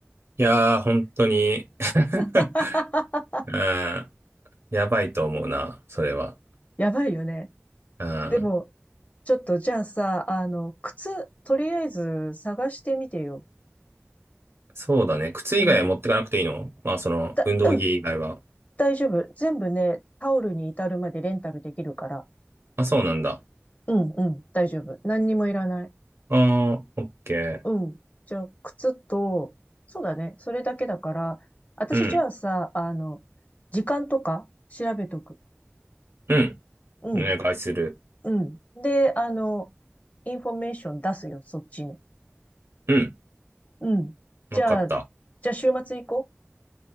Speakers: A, on the right; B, on the left.
A: いやー、本当に <laughs>
B: <laughs>
A: うん。やばいと思うな、それは。
B: やばいよね。
A: うん。
B: でも、ちょっとじゃあさ、あの、靴、とりあえず探してみてよ。
A: そうだね。靴以外は持ってかなくていいのまあ、
B: うん。
A: その、
B: だ、
A: 運動着以外は。
B: うん、大丈夫。全部ね、タオルに至るまでレンタルできるから。
A: あ、そうなんだ。
B: うん、うん、大丈夫。何にもいらない。
A: あー、オッケー。
B: うん。じゃあ、靴と、そうだね、それだけだから、私じゃあさ、
A: うん。
B: あの、時間とか調べとく。
A: うん。
B: うん、
A: お願いする。
B: うん。で、あの、インフォメーション出すよ、そっちに。
A: うん。
B: うん。じゃあ、
A: わかった。
B: じゃあ週末行こう。